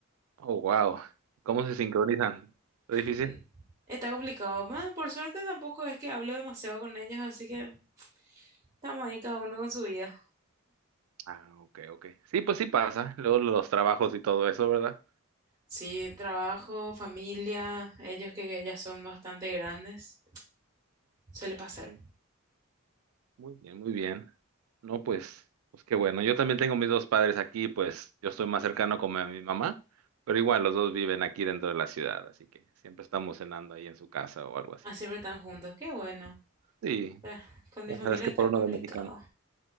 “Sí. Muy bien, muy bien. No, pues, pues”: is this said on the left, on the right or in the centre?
Right